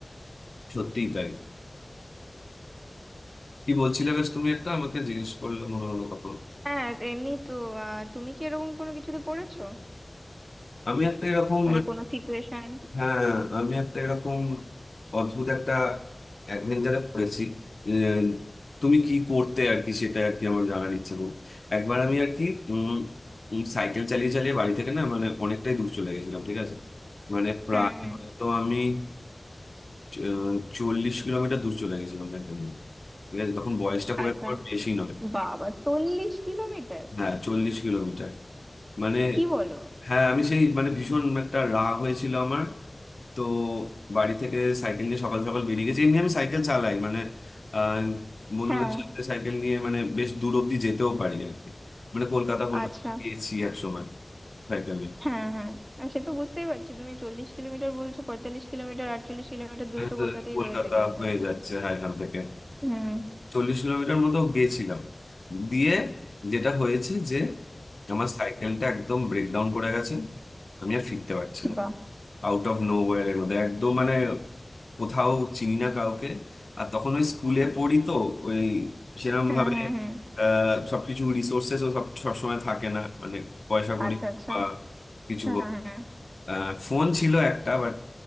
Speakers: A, on the left; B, on the right.
A: সত্যিই তাই কি বলছিলে বেশ তুমি একটা আমাকে জিজ্ঞেস করলে মনে হলো কখন
B: হ্যাঁ এমনি তো আহ, তুমি কি এরকম কোনো কিছুতে পড়েছো
A: আমি একটা এরকম
B: মানে কোনো সিচুয়েশন
A: হ্যাঁ আমি একটা এরকম অদ্ভুত একটা অ্যাডভেঞ্চারে পড়েছি এ, তুমি কি করতে আর কি সেটা আর কি আমার জানার ইচ্ছে করো একবার আমি আর কি উম, উম, সাইকেল চালিয়ে চালিয়ে বাড়ি থেকে না মানে অনেকটাই দূর চলে গেছিলাম ঠিক আছে মানে প্রায়
B: হুম হুম
A: হয়তো আমি চ- আহ, চল্লিশ কিলোমিটার দূর চলে গেছিলাম সাইকেল নিয়ে ঠিক আছে তখন বয়সটা খুব
B: আচ্ছা
A: একটা বেশি নয়
B: বাবা চল্লিশ কিলোমিটার
A: হ্যাঁ চল্লিশ কিলোমিটার মানে
B: কি বলো
A: হ্যাঁ আমি সেই মানে ভীষণ একটা রাগ হয়েছিল আমার তো বাড়ি থেকে সাইকেল নিয়ে সকাল সকাল বেরিয়ে গেছি এমনি আমি সাইকেল চালাই মানে আহ, বন্ধুদের
B: হ্যাঁ
A: সাথে সাইকেল নিয়ে মানে বেশ দূর অব্দি যেতেও পারি আর কি মানে কলকাতা কলকাতা
B: আচ্ছা
A: গিয়েছি এক সময় সাইকেল নিয়ে
B: হ্যাঁ হ্যাঁ আহ, সে তো বুঝতেই পারছি তুমি চল্লিশ কিলোমিটার বলছো পঁয়তাল্লিশ কিলোমিটার আটচল্লিশ কিলোমিটার দূরে
A: আমি
B: তো
A: তো
B: কলকাতায়
A: কলকাতা
B: বোধহয় পেয়ে যাবে তুমি
A: হয়ে যাচ্ছে হ্যাঁ এখান থেকে
B: হুম
A: চল্লিশ কিলোমিটার মতো গেছিলাম দিয়ে যেটা হয়েছে যে আমার সাইকেলটা একদম ব্রেকডাউন করে গেছে আমি আর ফিরতে পারছি না
B: বাহ
A: আউট অফ নো এর মধ্যে একদম মানে কোথাও চিনি না কাউকে আর তখন ওই স্কুলে পড়ি তো ওই সেরকম
B: হুম
A: ভাবে
B: হুম হুম
A: আহ, সবকিছু রিসোর্সেস সব সবসময় থাকে না মানে পয়সা কড়ি
B: আচ্ছা আচ্ছা
A: বা কিছু
B: হ্যাঁ
A: হোক
B: হ্যাঁ
A: আহ, ফোন ছিল একটা বাট